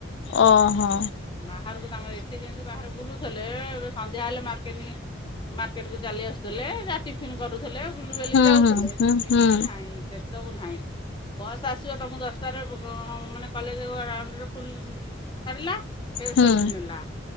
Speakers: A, on the left; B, on the left.
A: ଓହୋ।
B: ବାହାରକୁ ତାଙ୍କର ଏଠି ଯେମତି ବାହାରେ ବୁଲୁଥେଲେ, ଏ ଏବେ ସନ୍ଧ୍ୟା ହେଲେ ମାର୍କେନିଙ୍ଗ ମାର୍କେଟକୁ ଚାଲି ଆସୁଥିଲେ, ଯାହା ଟିଫିନ କରୁ ଥିଲେ, ବୁଲିବାଲିକି
A: ହୁଁ
B: ଯାଉଥିଲେ,
A: ହୁଁ ହୁଁ
B: ସେଠି
A: ହୁଁ
B: ନାହିଁ ସେସବୁ ନାହିଁ। ବସ୍ ଆସିବ ତମକୁ ଦଶଟାରେ ମାନେ କଲେଜ ରାଉଣ୍ଡରେ ଫୁଲ ଛାଡ଼ିଲା ଫେରେ
A: ହୁଁ
B: ସେଉଠୁ ନେଲା,